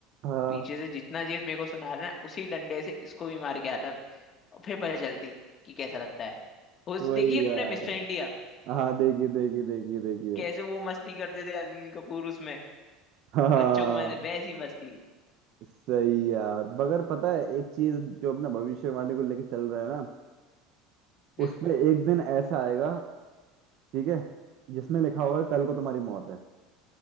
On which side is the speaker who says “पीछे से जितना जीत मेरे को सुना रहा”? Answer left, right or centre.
Left